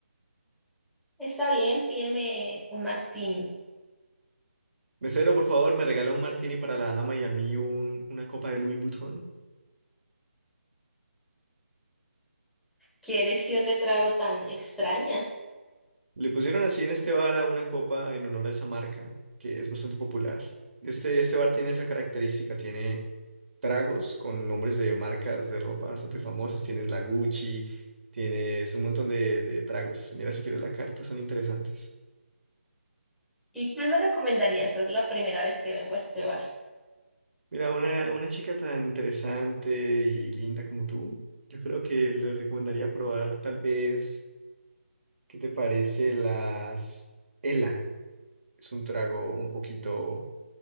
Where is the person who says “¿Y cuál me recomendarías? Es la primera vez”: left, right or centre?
Centre